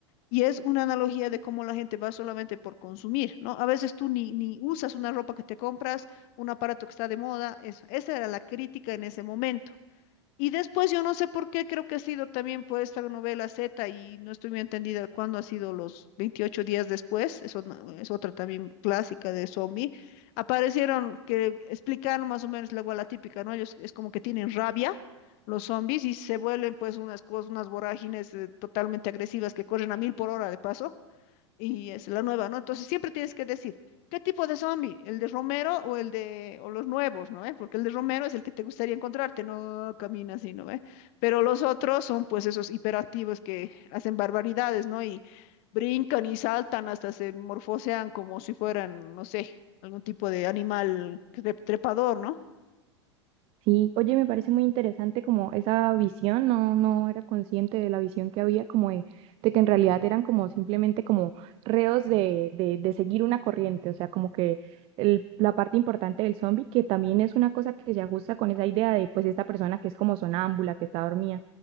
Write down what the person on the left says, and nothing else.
y es una analogía de cómo la gente va solamente por consumir, ¿no? A veces tú ni, ni usas una ropa que te compras, un aparato que está de moda, eso. Esa era la crítica en ese momento. Y después yo no sé por qué, creo que ha sido también por esta novela Z y no estoy muy entendida cuándo ha sido los 28 días después, eso no- es otra también clásica de zombie, aparecieron que explicaron más o menos luego a la típica, ¿no? Ellos es como que tienen rabia los zombies y se vuelven pues unas cosas, unas vorágines eh, totalmente agresivas que corren a mil por hora de paso y es la nueva, ¿no? Entonces siempre tienes que decir, ¿qué tipo de zombie? ¿El de Romero o el de, o los nuevos, ¿no? eh? Porque el de Romero es el que te gustaría encontrarte, no camina así, ¿no? eh? Pero los otros son pues esos hiperactivos que hacen barbaridades, ¿no? Y brincan y saltan hasta se morfosean como si fueran, no sé, algún tipo de animal trep- trepador, ¿no?